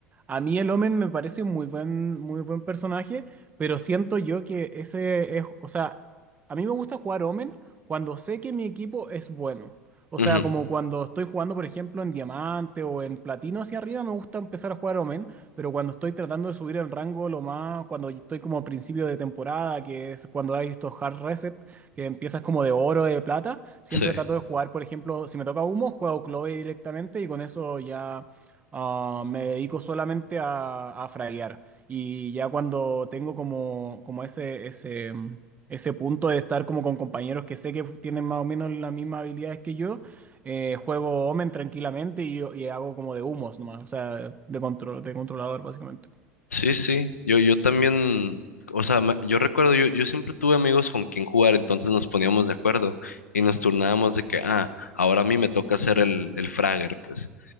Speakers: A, on the right; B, on the left.
A: A mí el Omen me parece un muy buen, muy buen personaje, pero siento yo que ese es, o sea, a mí me gusta jugar Omen cuando sé que mi equipo es bueno. O sea,
B: Ujú,
A: como cuando estoy jugando, por ejemplo, en diamante o en platino hacia arriba, me gusta empezar a jugar Omen, pero cuando estoy tratando de subir el rango lo más, cuando estoy como a principio de temporada, que es cuando hay estos hard reset, que empiezas como de oro, de plata, siempre
B: sí.
A: trato de jugar, por ejemplo, si me toca humo, juego Clove directamente y con eso ya Ah, me dedico solamente a, a fraguear y ya cuando tengo como, como ese, ese, mm, ese punto de estar como con compañeros que sé que fu- tienen más o menos las mismas habilidades que yo, eh, juego Omen tranquilamente y, y hago como de humos nomás, o sea, de, control, de controlador básicamente.
B: Sí, sí, yo, yo también, o sea, me- yo recuerdo, yo, yo siempre tuve amigos con quien jugar, entonces nos poníamos de acuerdo y nos turnábamos de que, ah, ahora a mí me toca hacer el, el fragger, pues,